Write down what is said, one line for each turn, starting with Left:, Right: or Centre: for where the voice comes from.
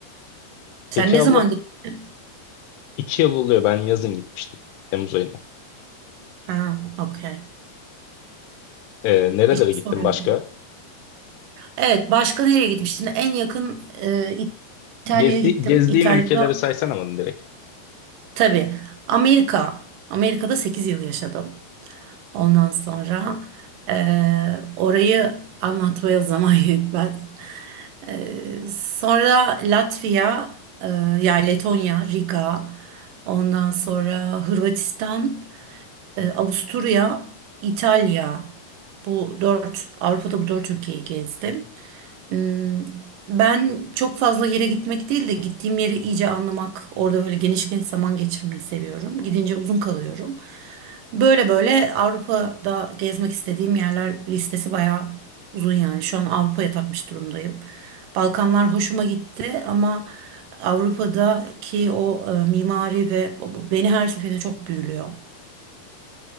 Right: Sen
Left: Peki
Right: ne
Left: abla
Right: zaman gittin?
Left: iki yıl oluyor ben yazın gitmiştim. Temmuz ayında.
Right: Ha, okey.
Left: Ee, nerelere
Right: Bir şey
Left: gittim
Right: soruyordum.
Left: başka?
Right: Evet, başka nereye gitmiştim? En yakın e, İtalya'ya
Left: Gezdi,
Right: gittim.
Left: gezdiğin
Right: İtalya'da
Left: ülkeleri saysan ama direkt.
Right: tabii Amerika. Amerika'da 8 yıl yaşadım. Ondan sonra e, orayı anlatmaya zaman <laughs> yetmez. E, sonra Latvia, e, yani Letonya, Riga. Ondan sonra Hırvatistan, e, Avusturya, İtalya. Bu dört, Avrupa'da bu dört ülkeyi gezdim. Hmm, Ben çok fazla yere gitmek değil de gittiğim yeri iyice anlamak, orada böyle geniş geniş zaman geçirmeyi seviyorum. Gidince uzun kalıyorum. Böyle böyle Avrupa'da gezmek istediğim yerler listesi bayağı uzun yani. Şu an Avrupa'ya takmış durumdayım. Balkanlar hoşuma gitti ama Avrupa'daki o e, mimari ve o- beni her seferinde çok büyülüyor.